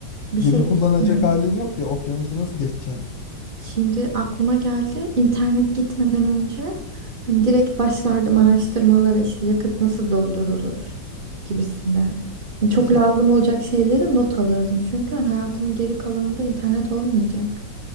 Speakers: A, on the right (about 45°); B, on the left (about 60°).
A: Bir
B: Gemi
A: şey değil
B: kullanacak
A: mi?
B: halin yok ya okyanusu nasıl geçeceksin?
A: Şimdi aklıma geldi. İnternet gitmeden önce hani direkt başlardım araştırmalara işte yakıt nasıl doldurulur gibisinden. Yani çok
B: <laughs>
A: lazım olacak şeyleri not alırdım. Çünkü hani hayatımın geri kalanında internet olmayacak.